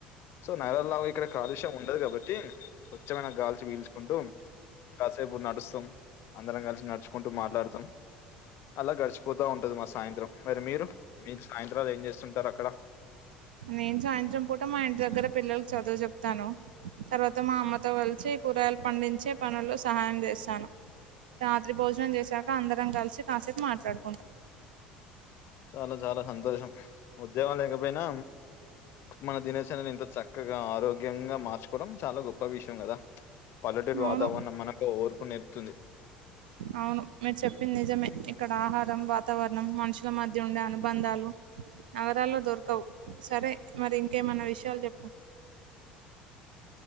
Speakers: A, on the left; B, on the right.
A: సో నైరాలావు ఇక్కడ కాలుష్యం ఉండదు కాబట్టి స్చ్ఛమైన గాల్చి వీల్చుకుంటూ కాసేపు నడుస్తాం అందరం కలిసి నడుచుకుంటూ మాట్లాడుతాం అలా గడిచిపోతా ఉంటది మా సాయంత్రం మరి మీరు మీది సాయంత్రాలు ఏం చేస్తుంటారు అక్కడ
B: నేను సాయంత్రం పూట మా ఇంటి దగ్గర పిల్లలలకు చదువు చెప్తాను తర్వాత మా అమ్మతో కలిసి కూరగాయలు పండించే పనుల్లో సహాయం చేస్తాను రాత్రి భోజనం చేసాక అందరం కలిసి కాసేపు మాట్లాడుం
A: చాలా చాలా సంతోషం ఉద్యోగం లేకపోయినా మన దినచర్యని ఇంత చక్కగా ఆరోగ్యంగా మార్చుకోవడం చాలా గొప్ప విషయం కదా పల్లెటరు
B: అవును
A: వాతావరణం మనకు ఓర్పు నేపుతుంది
B: అవును మీరు చెప్పింది నిజమే ఇక్కడ ఆహారం వాతావరణం మనుషు త మధ్య ఉండే అనుబంధాలు నగరాల్లో దొరకవు సరే మరి కే ఏమన్నా విషయాలు చెప్పు